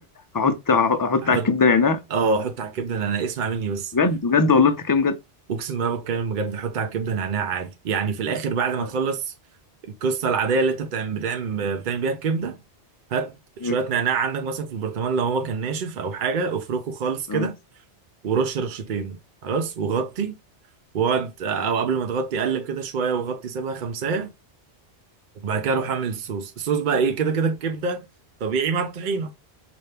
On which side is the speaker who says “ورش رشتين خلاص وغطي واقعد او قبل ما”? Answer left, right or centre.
Right